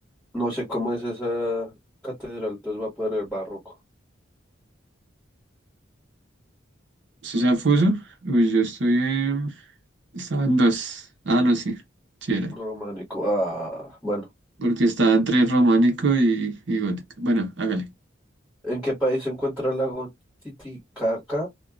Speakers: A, in the centre; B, on the right.
A: No sé cómo es esa catedral, entonces va a poner barroco,
B: ¿Eso ya puso? Uy, yo estoy en... Estaba en dos. Ah, no, sí. Sí era.
A: románico. Ah, bueno.
B: Porque estaba entre románico y, y gótico. Bueno, hágale.
A: ¿En qué país se encuentra el lago Titicaca?